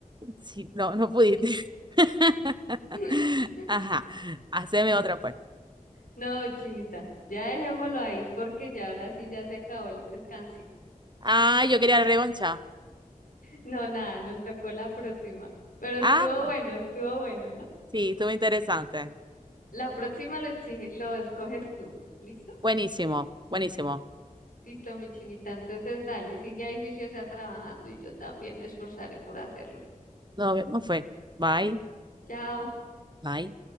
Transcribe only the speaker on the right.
Sí, no, no pudiste. <laughs>
Ajá, haceme otra pues.
Ah, yo quería revancha.
Ah, bueno,
sí, estuvo interesante.
Buenísimo, buenísimo.
Nos vemos, fue. Bye,
bye.